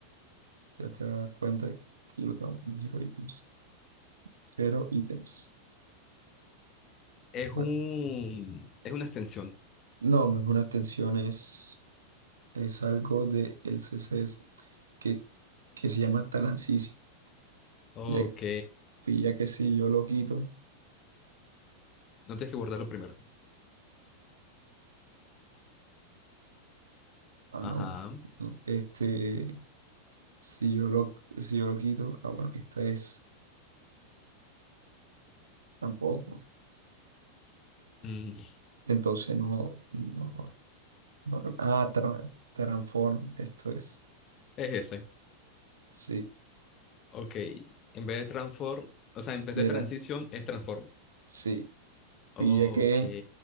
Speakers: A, on the right (about 70°); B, on the left (about 30°).
A: ya te vas a dar cuenta que yo lo tengo como hero items, pero items
B: Es
A: Bueno,
B: un, es una extensión.
A: no, no es una extensión, es, es algo del C C S que, que se llama Tanansisi.
B: Ok.
A: Ya, pues ya que si yo lo quito,
B: No tienes que guardarlo primero.
A: ah,
B: Ajá.
A: no, no, este, si yo lo, si yo lo quito, ah, bueno, esta es tampoco.
B: Mm,
A: Entonces no, no, no, ah, tra- transform, esto es,
B: es ese.
A: sí,
B: Ok. En vez de transform, o sea, en vez
A: mira,
B: de transición, es transform.
A: sí,
B: Ok.
A: pilla que,